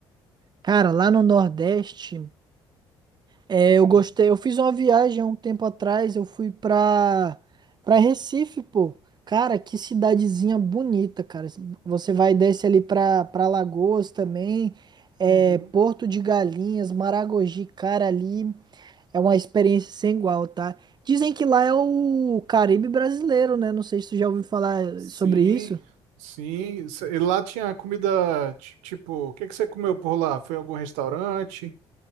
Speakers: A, on the right; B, on the right.
A: Cara, lá no Nordeste, é,
B: Hum,
A: eu gostei. Eu fiz uma viagem há um tempo atrás. Eu fui pra, pra Recife, pô. Cara, que cidadezinha bonita, cara. Você vai e desce ali pra, pra Lagoas também. É,
B: uhum.
A: Porto de Galinhas, Maragogi, cara, ali. É uma experiência sem igual, tá? Dizem que lá é o Caribe brasileiro, né? Não sei se tu já ouviu falar
B: Sim,
A: sobre isso.
B: sim. Cê- E lá tinha comida, ti- tipo, o que que você comeu por lá? Foi em algum restaurante?